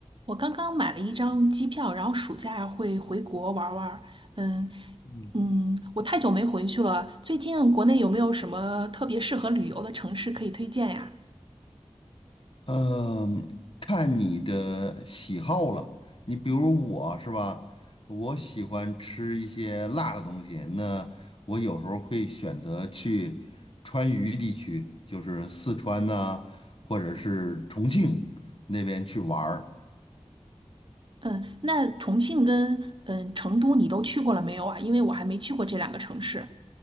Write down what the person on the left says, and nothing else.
嗯
嗯，看你的喜好了。你比如我是吧，我喜欢吃一些辣的东西，那我有时候会选择去川渝地区，就是四川呐、或者是重庆那边去玩儿。